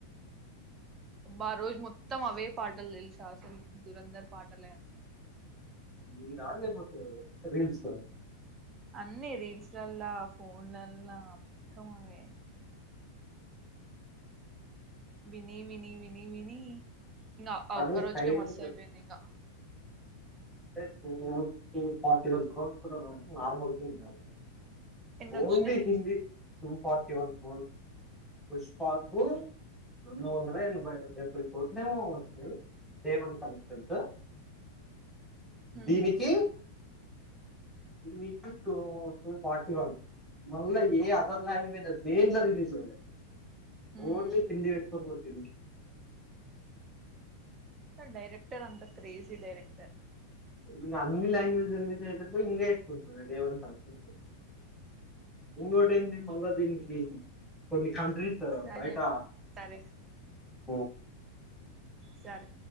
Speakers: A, on the right; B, in the centre.
A: అబ్బ ఆ రోజు మొత్తం అవే పాటలు తెలుసా అసలు దురంధర్ పాటలే అన్నీ
B: మీరా లేపోతే రిల్సా
A: అన్నీ రీల్స్లల్లా ఫోన్లల్లా మొత్తం అవే విని విని విని వినీ ఇంగ ఆ
B: అదే
A: ఒక్క రోజుకే
B: సైలెన్స్
A: మస్తయిపోయిందింగా
B: అంటే ఇప్పుడు టూ ఫార్టీ వన్ కోర్స్ పెట్టాలంటే నార్మల్ థింగ్ కాదు కదా
A: ఎన్నొచ్చినయి?
B: ఓన్లీ Hindi two forty one crores పుష్పాకు రెండు వందల ఎనభై డెబ్బై కోట్లు ఏమో వచ్చినాయి డే వన్ కలెక్షన్స్
A: హ్మ్.
B: దీనికి దీనికి టూ టూ ఫార్టీ వన్ మళ్ళ ఏ అదర్ లాంగ్వేజెస్ దేంట్ల రిలీజ్ అవలే
A: హ్మ్.
B: ఓన్లీ హిందీ పెట్టుకొని కొట్టింది
A: ఆ డైరెక్టర్ అంత క్రేజి డైరెక్టర్
B: ఇంగ అన్ని లాంగ్వేజ్ లోను రిలీజ్ అయ్యేటప్పుడు ఇంగ ఎక్కువ ఉంటుంది డే వన్ కలెక్షన్ ఇంకోటెంది మల్లాదినికి కొన్ని కంట్రీస్
A: సరేలే
B: బయట
A: సరే
B: ఓ
A: సరే